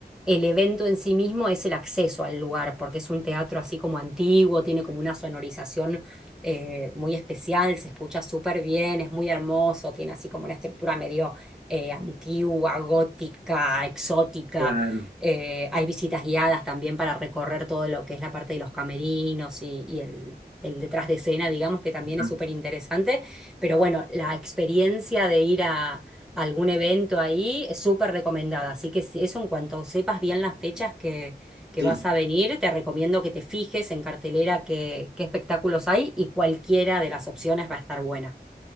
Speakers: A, in the centre; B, on the right.
A: el evento en sí mismo es el acceso al lugar, porque es un teatro así como antiguo, tiene como una sonorización eh, muy especial, se escucha súper bien, es muy hermoso, tiene así como una estructura medio eh, antigua, gótica, exótica.
B: claro.
A: Eh, hay visitas guiadas también para recorrer todo lo que es la parte de los camerinos y, y el, el detrás de escena, digamos, que también
B: Ajá,
A: es súper interesante. Pero bueno, la experiencia de ir a, a algún evento ahí es súper recomendada. Así que si- eso en cuanto sepas bien las fechas que, que
B: sí.
A: vas a venir, te recomiendo que te fijes en cartelera qué, qué espectáculos hay y cualquiera de las opciones va a estar buena.